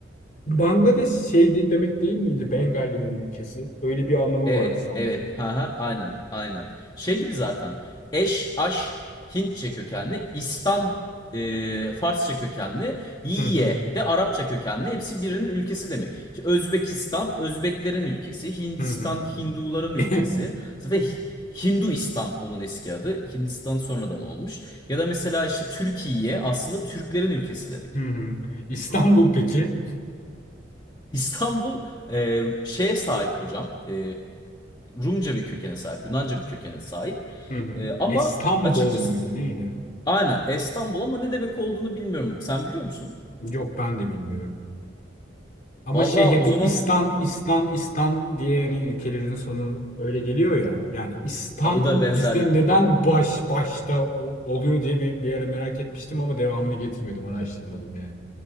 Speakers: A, on the left; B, on the left.
A: Bangladeş şeydi demek değil miydi Bengallerin ülkesi? Öyle bir anlamı
B: Evet,
A: vardı sanki.
B: evet. Ha ha, aynen, aynen. Şey gibi zaten. Eş, aş, Hintçe kökenli, İstan e, Farsça kökenli, Yiye
A: Hı hı.
B: de Arapça kökenli. Hepsi birinin ülkesi demek. İşte Özbekistan, Özbeklerin ülkesi. Hindistan,
A: Hı hı.
B: Hinduların
A: <laughs>
B: ülkesi. Zaten Hi- Hinduistan onun eski adı. Hindistan sonradan olmuş. Ya da mesela işte Türkiye aslında Türklerin ülkesi demek.
A: Hı hı. İstanbul peki?
B: İstanbul e, şeye sahip hocam. E, Rumca bir kökene sahip, Yunanca bir kökene sahip.
A: Hı hı.
B: E, ama
A: İstanbul
B: açıkçası
A: muydu neydi?
B: aynen İstanbul ama ne demek olduğunu bilmiyorum. Sen biliyor musun?
A: Yok ben de bilmiyorum. Ama
B: Vallahi
A: şey hep
B: o zaman
A: İstan, İstan, İstan diye yani ülkelerin sonu öyle geliyor ya. Yani İstan
B: e, o da benzerlik
A: bizde neden
B: gibi.
A: baş başta o- oluyor diye bir, bir ara merak etmiştim ama devamını getirmedim, araştırmadım yani.